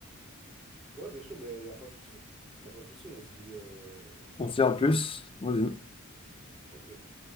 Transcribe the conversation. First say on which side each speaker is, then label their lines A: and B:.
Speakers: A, in the centre; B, on the left.
A: Ouais, bien sûr, ben, il n'y a pas de souci. Il n'y a pas de souci, on se dit... euh,
B: On se dit
A: on
B: en
A: se
B: plus.
A: dit... une...
B: Vas-y.
A: Ok.